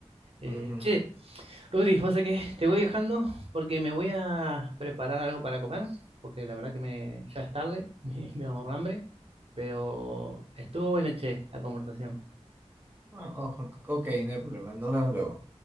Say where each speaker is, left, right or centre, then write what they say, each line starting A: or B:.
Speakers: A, on the right (about 55°); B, on the right (about 15°).
A: Eh,
B: ujú.
A: che, Rodri, José, que te voy dejando porque me voy a preparar algo para comer, porque la verdad que me, ya es tarde, <laughs> me, me ahorro hambre, pero estuvo buena, che, la conversación.
B: Ah, ojo, ok, no hay problema. Nos vemos luego.